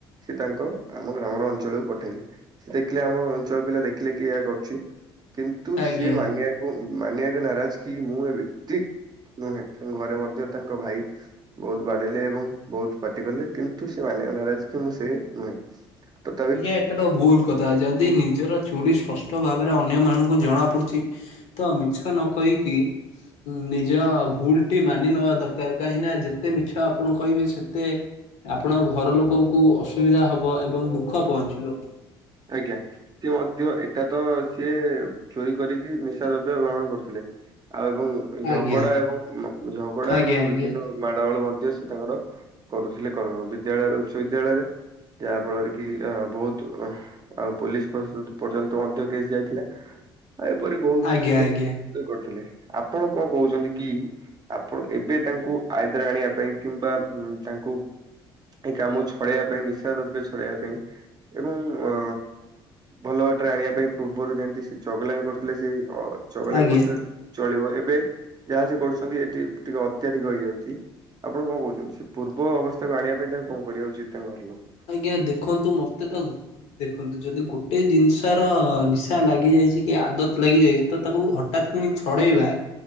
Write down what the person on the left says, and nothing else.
ଆଜ୍ଞା।
ଆଜ୍ଞା ଏଟାତ ଭୁଲ କଥା ଯଦି ନିଜର ଚୋରି ସ୍ପଷ୍ଟ ଭାବରେ ଅନ୍ୟ ମାନଙ୍କୁ ଜଣା ପଡୁଛି। ତ ମିଛ ନ କହିକି। ନିଜ ଭୁଲ ଟି ମାନି ନବା ଦରକାର କାହିଁକି ନା ଯେତେ ମିଛ ଆପଣ କହିବେ ସେତେ। ଆପଣଙ୍କ ଘର ଲୋକଙ୍କୁ ଅସୁବିଧା ହେବ ଏବଂ ଦୁଃଖ ପହଞ୍ଚିବ।
ଆଜ୍ଞା
ଆଜ୍ଞା
ଆଜ୍ଞା
ଆଜ୍ଞା
ଆଜ୍ଞା
ଆଜ୍ଞା
ଆଜ୍ଞା ଦେଖନ୍ତୁ ମତେ ତା ଦେଖନ୍ତୁ ଯଦି ଗୋଟେ ଜିନିଷ ର ନିଶା ଲାଗି ଯାଇଛି କି ଆଦତ ଲାଗି ଯାଇଛି ତ ତାକୁ ହ ହଠାତ୍ ପୁଣି ଛଡ଼େଇବା